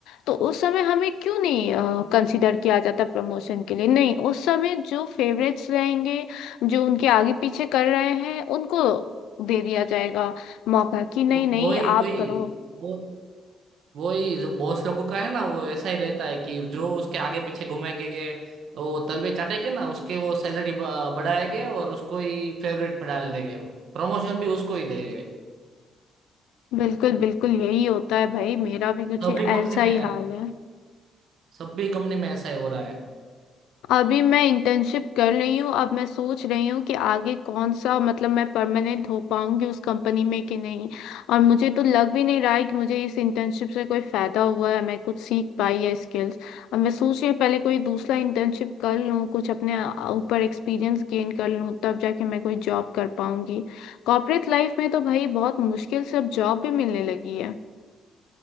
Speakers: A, on the left; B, on the right.
A: तो उस समय हमें क्यों नहीं कंसीडर किया जाता प्रमोशन के लिए नहीं उस समय जो फेवरेट्स रहेंगे जो उनके आगे पीछे कर रहे हैं उनको दे दिया जाएगा मौका कि नहीं
B: वो-
A: नहीं
B: वही
A: आप
B: वही
A: करो
B: वो वही जो बॉस लोगों का है ना वो ऐसा ही रहता है कि जो उसके आगे पीछे घूमेंगे वो तलवे चाटेंगे ना उसके वो सैलरी बढ़ाएंगे और उसको ही फेवरेट में डाल देंगे वो प्रमोशन भी उसको ही देंगे
A: बिल्कुल बिल्कुल यही होता है भाई मेरा भी कुछ
B: सभी
A: ऐसा
B: कंपनी
A: ही
B: में
A: हाल है
B: सभी कंपनी में ऐसा ही हो रहा है
A: अभी मैं इंटर्नशिप कर रही हूँ अब मैं सोच रही हूँ कि आगे कौन सा मतलब मैं परमानेंट हो पाऊंगी उस कंपनी में कि नहीं और मुझे तो लग भी नहीं रहा है कि मुझे इस इंटर्नशिप से कोई फायदा हुआ है मैं कुछ सीख पाई है स्किल्स और मैं सोच रही हूँ पहले कोई दूसरा इंटर्नशिप कर लूँ कुछ अपने अ, ऊपर एक्सपीरियंस गेन कर लूँ तब जाके मैं कोई जॉब कर पाऊंगी कॉर्पोरेट लाइफ में तो भाई बहुत मुश्किल से अब जॉब भी मिलने लगी है